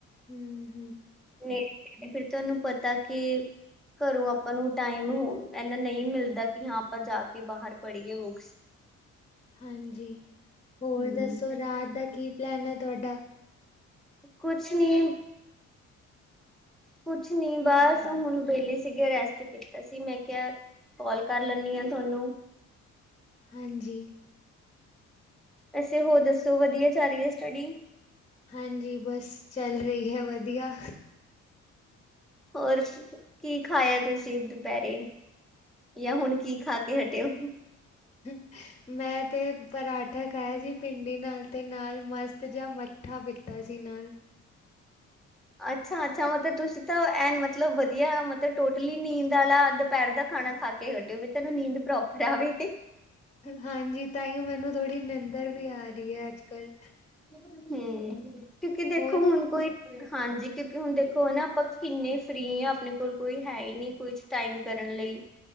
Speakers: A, on the left; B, in the centre.
A: ਹੂ
B: ਨਹੀਂ। ਫਿਰ ਤੁਹਾਨੂੰ ਪਤਾ ਕਿ ਘਰੋਂ ਆਪਾਂ ਨੂੰ ਟਾਈਮ ਇਨਾ ਨਹੀਂ ਮਿਲਦਾ ਕਿ ਹਾਂ ਆਪਾਂ ਜਾ ਕੇ ਬਾਹਰ ਪੜ੍ਹੀਏ ਬੁੱਕਸ
A: ਹਾਂਜੀ, ਹੋਰ
B: ਹੂੰ
A: ਦੱਸੋ ਰਾਤ ਦਾ ਕੀ ਪਲੈਨ ਹੈ ਤੁਹਾਡਾ
B: ਕੁਛ ਨੀ ਕੁਛ ਨੀ ਬਸ ਹੁਣ ਵਿਹਲੀ ਸੀਗੇ ਰੈਸਟ ਕੀਤਾ ਸੀ ਮੈਂ ਕਿਹਾ ਕਾਲ ਕਰ ਲੈਦੀ ਆ ਥੋਨੂੰ
A: ਹਾਂਜੀ
B: ਤੁਸੀ ਹੋਰ ਦੱਸੋ ਵਧੀਆ ਚੱਲ ਰਹੀ ਹੈ ਸਟੱਡੀ?
A: ਹਾਂਜੀ ਬਸ ਚੱਲ ਰਹੀ ਹੈ ਵਧੀਆ,
B: ਹੋਰ ਕੀ ਖਾਇਆ ਤੁਸੀਂ ਦੁਪਹਿਰੇ ਯਾਹ ਹੁਣ ਕੀ ਖਾ ਕੇ ਹਟਿਓ
A: <inaudible> ਮੈਂ ਤਾਂ ਪਰਾਂਠੇ ਖਾਇਆ ਸੀ ਪਿੰਡੀ ਨਾਲ ਤੇ ਨਾਲ ਮਸਤ ਜਾ ਮੱਠਾ ਪੀਤਾ ਸੀ ਨਾਲ
B: ਅੱਛਾ-ਅੱਛਾ, ਮਤਲਬ ਤੁਸੀਂ ਤਾਂ ਐ ਮਤਲਬ ਵਧੀਆ ਮਤਲਬ ਟੋਟਲੀ ਨੀਂਦ ਵਾਲਾ ਦੁਪਹਿਰ ਦਾ ਖਾਣਾ ਖਾ ਕੇ ਘਟਿਓ ਵੀ ਤੈਨੂੰ ਨੀਂਦ ਪ੍ਰੋਪਰ ਆਵੇ
A: ਹਾਂਜੀ ਤਾਂਹੀਓ ਮੈਨੂੰ ਥੋੜੀ ਨਿੰਦਰ ਵੀ ਆ ਰਹੀ ਜੀ ਹੈ ਅੱਜ ਕੱਲ
B: ਹੂੰ, ਕਿਉਂਕਿ ਦੇਖੋ
A: ਹੋਰ
B: ਹੁਣ ਕੋਈ ਹਾਂਜੀ, ਕਿਉਂਕਿ ਹੁਣ ਦੇਖੋ ਨਾ ਆਪਾਂ ਕਿੰਨੇ ਫ੍ਰੀ ਹਾਂ ਆਪਣੇ ਕੋਲ ਕੋਈ ਹੈ ਹੀ ਨਹੀ ਕੁਛ ਟਾਈਮ ਕਰਨ ਲਈ